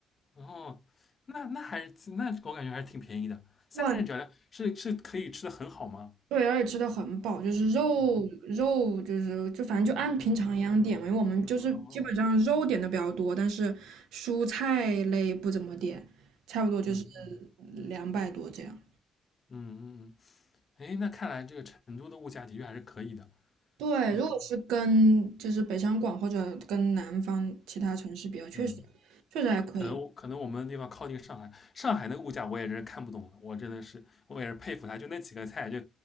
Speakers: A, on the left; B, on the right.
A: 然后那那还是那我感觉还是挺便宜的，三个人只要两是是可以吃的很好吗？
B: 万。对，而且吃的很饱，就是肉肉就是就反正就按平常一样点嘛，
A: 哦
B: 因为我们就是基本上肉点的比较多，
A: 哦，
B: 但是蔬菜类不怎么点，差不多就是
A: 嗯嗯
B: 两百多这样。
A: 嗯嗯，哎，那看来这个成都的物价的确还是可以的，
B: 对，
A: 嗯
B: 如果是跟就是北上广或者跟南方其他城市比较，确实
A: 嗯。
B: 确实还可以。
A: 可能可能我们的地方靠近上海，上海那个物价我也真是看不懂了，我真的是我也是佩服他，就那几个菜就，